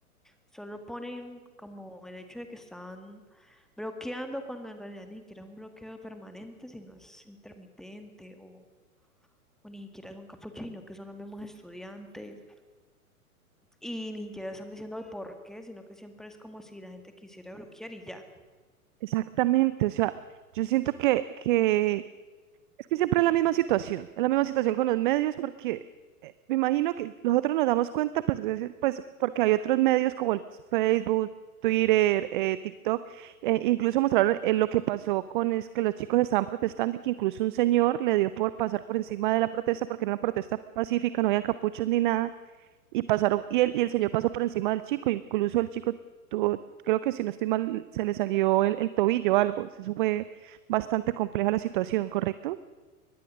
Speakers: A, in the centre; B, on the right.
A: Solo ponen como el hecho de que están bloqueando cuando en realidad ni siquiera es un bloqueo permanente, sino es intermitente o, o ni siquiera son capuchinos, que son los mismos estudiantes y ni siquiera están diciendo "Ay, por qué, sino que siempre es como si la gente quisiera bloquear y ya.
B: Exactamente, o sea, yo siento que, que Es que siempre es la misma situación, es la misma situación con los medios porque eh, me imagino que nosotros nos damos cuenta, pues, gracias- pues porque hay otros medios como el Facebook, Twitter, eh, TikTok, eh, incluso mostraron eh, lo que pasó con es que los chicos estaban protestando y que incluso un señor le dio por pasar por encima de la protesta porque era una protesta pacífica, no había capuchos ni nada, y pasaron, y el, y el señor pasó por encima del chico, incluso el chico tuvo, creo que si no estoy mal, se le salió el, el tobillo o algo, eso fue bastante compleja la situación, ¿correcto?